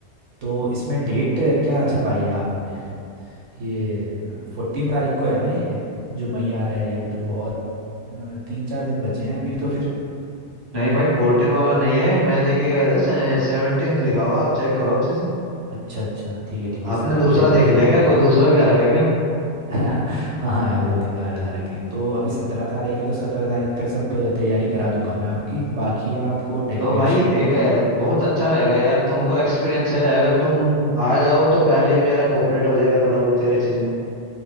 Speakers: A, on the right; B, on the right.
A: तो इसमें डेट क्या छपाई है आपने ये फोर्टीन तारीख को है ना ये जो मई आ रहा है ये अभी तो बहुत अ, तीन चार दिन बचे हैं अभी तो फिर
B: नहीं भाई फोर्टीन वाला नहीं है मैं देखे गया था सेवनटीन लिखा हुआ आप चेक करो अच्छे से
A: अच्छा अच्छा ठीक है ठीक है
B: आपने
A: दिख
B: दूसरा
A: गया दिख
B: देख
A: गया
B: लिया
A: ये
B: क्या कोई दूसरा भी आ रखा है क्या
A: <laughs> हाँ हाँ यार दो तीन कार्ड आ रखे हैं तो अभी सत्रह तारीख है तो सत्रह तारीख तक सब अ, तैयारी करा दूंगा मैं आपकी बाकी आपको डेकोरेशन
B: तो भाई एक
A: में
B: अ, बहुत अच्छा रहेगा यार तुमको एक्सपीरियंस है अगर तुम आ जाओ तो पहले मेरा कोऑपरेट हो जाएगा थोड़ा बहुत यार इस चीज में